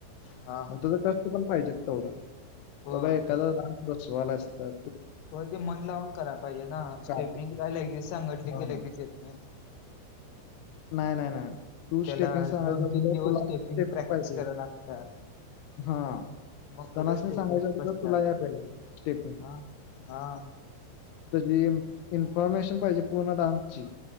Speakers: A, on the left; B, on the left.
A: हा
B: मग
A: हा
B: तुझं <unintelligible> पण पाहिजेत तेवढं
A: होय
B: बाबा एखादा डान्स बसवालायस तर
A: होय ते मन लाऊन करायला पाहिजे ना स्टेपिंग
B: काढतो.
A: काय लगेज सांगटली की
B: हा.
A: लगेच येत नाही.
B: नाही नाही नाही तू
A: त्याला
B: स्टेपिंग सांगायच
A: दोन तीन
B: तुला
A: दिवस स्टेपिंग
B: स्टेप
A: प्रॅक्टिस
B: पाहिजेत.
A: करायला लागत्या
B: हा.
A: मग कुठं
B: त्यानास्नी
A: स्टेपिंग
B: सांगायच्या आधी
A: बसत्या
B: तुला यायला पाहिजेत स्टेप.
A: हा हा
B: त्याची इन्फॉर्मेशन पाहिजे पूर्ण डान्सची